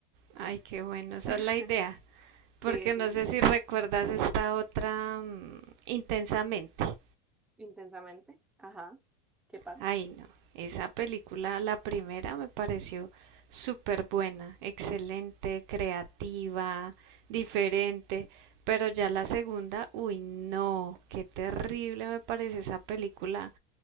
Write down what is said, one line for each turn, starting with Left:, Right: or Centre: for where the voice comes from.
Right: Ay, qué bueno, esa
Centre: <laughs>
Right: es la idea.
Centre: Sí,
Right: Porque
Centre: sí,
Right: no
Centre: sí.
Right: sé si recuerdas esta otra mm, intensamente.
Centre: Intensamente. Ajá. ¿Qué pasa?
Right: Ay, no, esa película, la primera me pareció súper buena, excelente, creativa, diferente. Pero ya la segunda, uy, no, qué terrible me parece esa película